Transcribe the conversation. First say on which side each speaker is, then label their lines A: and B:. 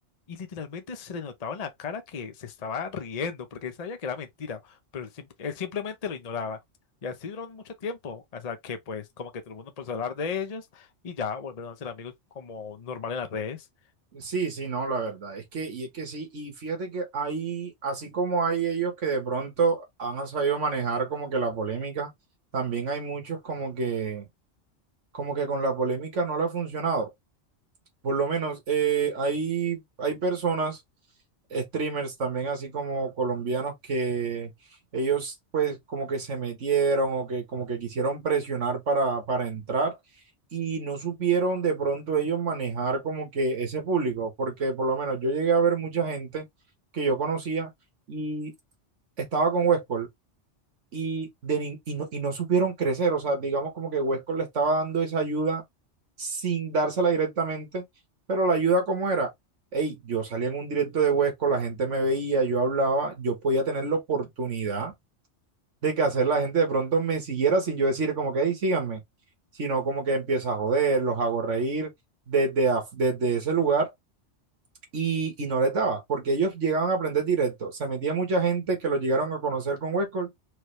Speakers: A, on the left (about 35°); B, on the right (about 85°).
A: y literalmente se le notaba en la cara que se estaba riendo porque él sabía que era mentira, pero él, sim- él simplemente lo ignoraba. Y así duró mucho tiempo, hasta que pues como que todo el mundo empezó a hablar de ellos y ya volvieron a ser amigos como normal en las redes.
B: Sí, sí, no, la verdad es que, y es que sí, y fíjate que hay, así como hay ellos que de pronto han sabido manejar como que la polémica, también hay muchos como que, como que con la polémica no le ha funcionado. Por lo menos eh, hay, hay personas, streamers también, así como colombianos, que ellos pues como que se metieron o que como que quisieron presionar para, para entrar y no supieron de pronto ellos manejar como que ese público, porque por lo menos yo llegué a ver mucha gente que yo conocía y estaba con Westcol y, de nin- y, no, y no supieron crecer. O sea, digamos como que Westcott le estaba dando esa ayuda sin dársela directamente, pero la ayuda como era, hey, yo salía en un directo de Westcott, la gente me veía, yo hablaba, yo podía tener la oportunidad de que hacer la gente de pronto me siguiera sin yo decir como que, hey, síganme, sino como que empieza a joder, los hago reír desde, af- desde ese lugar. Y, y no les daba, porque ellos llegaban a aprender directo. Se metía mucha gente que lo llegaron a conocer con Westcott